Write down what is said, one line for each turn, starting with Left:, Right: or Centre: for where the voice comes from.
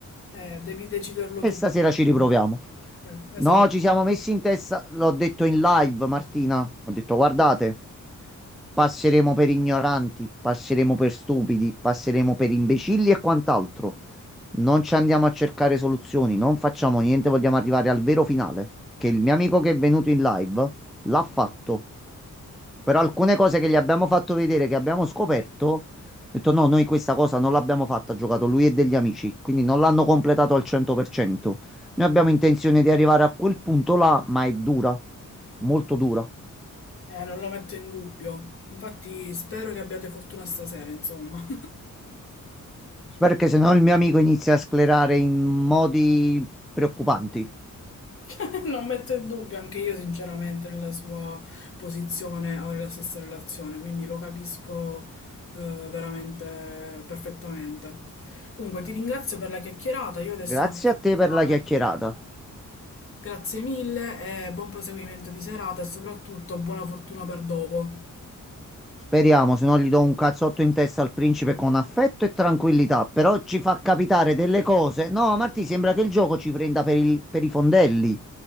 Left: Eh, devi deciderlo
Centre: E
Left: tu
Centre: stasera
Left: praticamente.
Centre: ci riproviamo.
Left: Eh, esatto.
Centre: No, ci siamo messi in testa, l'ho detto in live, Martina. Ho detto, guardate, passeremo per ignoranti, passeremo per stupidi, passeremo per imbecilli e quant'altro. Non ci andiamo a cercare soluzioni, non facciamo niente, vogliamo arrivare al vero finale. Che il mio amico che è venuto in live l'ha fatto. Però alcune cose che gli abbiamo fatto vedere, che abbiamo scoperto, ho detto no, noi questa cosa non l'abbiamo fatta, ha giocato lui e degli amici, quindi non l'hanno completato al 100%. Noi abbiamo intenzione di arrivare a quel punto là, ma è dura, molto dura.
Left: Eh, non lo metto in dubbio. Infatti spero che abbiate fortuna stasera, insomma.
Centre: Spero che se no il mio amico inizia a sclerare in modi preoccupanti.
Left: <laughs> Non metto in dubbio, anche io sinceramente nella sua posizione avrei la stessa relazione, quindi lo capisco eh, veramente perfettamente. Comunque ti ringrazio per la chiacchierata, io adesso
Centre: Grazie
Left: devo scappare.
Centre: a te per la chiacchierata.
Left: Grazie mille e buon proseguimento di serata e soprattutto buona fortuna per dopo.
Centre: Speriamo, se no gli do un cazzotto in testa al principe con affetto e tranquillità, però ci fa capitare delle cose. No, Marti, sembra che il gioco ci prenda per il- per i fondelli.